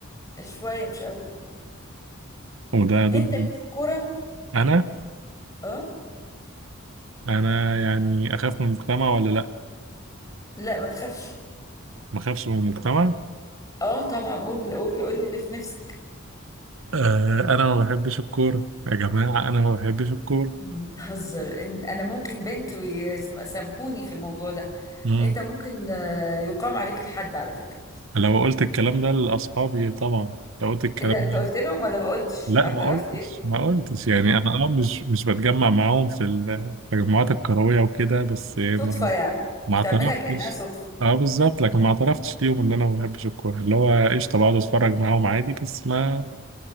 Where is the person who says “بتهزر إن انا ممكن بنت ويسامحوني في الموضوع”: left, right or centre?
Left